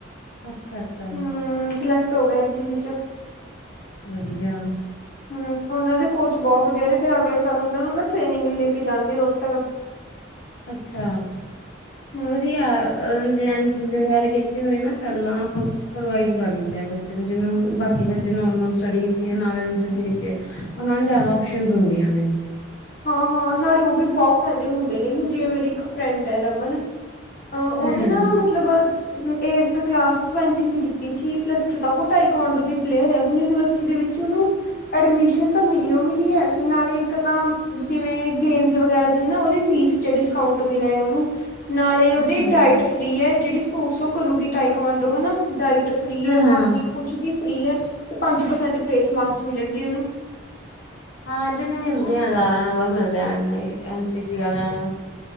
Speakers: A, on the left; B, on the left.
A: ਅੱਛਾ-ਅੱਛਾ
B: ਹਮ ਸਿਲੈਕਟ ਹੋ ਗਿਆ ਐਨਸੀ ਸੀ ਚ
A: ਵਧੀਆ
B: ਹਮ ਉਹਨਾਂ ਦੇ ਕੋਚ ਬਹੁਤ ਵਧੀਆ ਨੇ ਫਿਰ ਅਗਲੇ ਸਾਲ ਉਹਨਾਂ ਨੂੰ ਨਾ ਟ੍ਰੇਨਿੰਗ ਵੀ ਲੈ ਕੇ ਜਾਣਗੇ ਰੋਤਕ
A: ਅੱਛਾ
B: ਹੂੰ।
A: ਵਧੀਆ ਵਗੈਰਾ ਕੀਤੇ ਹੋਏ ਨਾ ਪਹਿਲਾਂ ਪ੍ਰੋਵਾਈਡ ਕਰ ਲੈਂਦੇ ਆ ਬੱਚੇ ਨੂੰ ਜਿਵੇਂ ਹੁਣ ਬਾਕੀ ਬੱਚੇ ਨੋਰਮਲ ਸਟੱ ਕੀਤੀ ਹੈ ਕੀਤੀ ਉਹਨਾਂ ਨੂੰ ਜਿਆਦਾ ਸ਼ਨ ਹੁੰਦੀਆਂ ਨੇ
B: ਹਾਂ ਹਾਂ ਨਾਲੇ ਉਹ ਵੀ ਬਹੁਤ ਫਾਇਦੇ ਹੁੰਦੇ ਨੇ ਹੁਣ ਜਿਵੇਂ ਮੇਰੀ ਇੱਕ ਫਰੈਂਡ ਹੈ ਰਮਨ ਉਹਦੇ
A: ਹੂੰ
B: ਨਾ ਮਤਲਬ ਏਥ ਕਲਾਸ ਤੋਂ ਐਨਸੀ ਸੀ ਕੀਤੀ ਸੀ ਪਲਸ ਟੂ ਤ ਕੋ ਟ ਪਾਂਡੋ ਦੀ ਪਲੇਅਰ ਹੈ ਜਿਹਦੇ ਵਿੱਚ ਉਹਨੂੰ ਐਡਮਿਸ਼ਨ ਤਾਂ ਮਿਲੀਓ ਮਿਲੀ ਹੈ ਨਾਲੇ ਇੱਕ ਤਾਂ ਕਿਿਵੇਂ ਗੇਮਜ਼ ਵਗੈਰਾ ਦੇ ਨਾ ਉਹਦੇ ਫੀਸ ਚ ਡਿਸਕਾਊਂਟ ਮਿਲਿਆ ਉਹਨੂੰ ਨਾਲੇ ਉਹਦੀ
A: ਅੱਛਾ-ਅੱਛਾ
B: ਡਾਇਟ ਫ੍ਰਰੀ ਹੈ ਜਿਹੜੀ ਸਪੋਰਟਸ ਉਹ ਕਰੂਗੀ ਟਾਈ ਕਮਾਂਡੋ ਹਨਾ ਡਾਇਟ ਫ੍ਰਰੀ
A: ਹਾਂ-ਹਾਂ
B: ਹੈ
A: ਹਾਂ
B: ਬਾਕੀ
A: ਹਾਂ
B: ਕੁਛ ਵੀ ਫ੍ਰੀ ਹੈ ਤੇ ਪੰਜ ਪਰਸੈਂਟ ਪ੍ਰੇਸ ਮਾਰਕਸ ਮਿਲਣਗੇ ਉਹਨੂੰ
A: ਹਾਂ ਇਹਦੇ ਚ ਮਿਲਦੀਆਂ ਜ਼ਿਆਦਾ ਨੰਬਰ ਮਿਲਦੇਨਾ ਐਨਸੀ ਸੀ ਵਾਲਿਆਂ ਨੂੰ